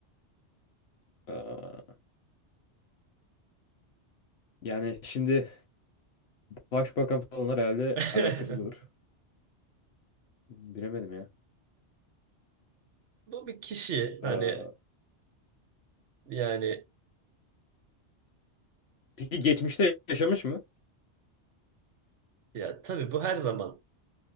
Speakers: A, on the left; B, on the right.
A: Aa, yani şimdi başbakan falanlar herhalde
B: <laughs>
A: alakasız olur. Bilemedim ya.
B: Bu bir kişi hani
A: Aa,
B: yani
A: peki geçmişte yaşamış mı?
B: ya tabii bu her zaman